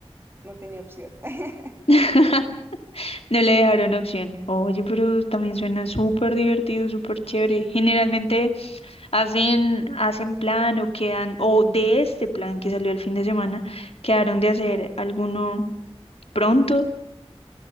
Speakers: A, on the right; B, on the left.
A: no tenía opción. <laughs>
B: <laughs> No le dejaron opción. Oye, pero también suena súper divertido, súper chévere. Generalmente hacen, hacen plan o quedan, o de este plan que salió el fin de semana, quedaron de hacer alguno pronto.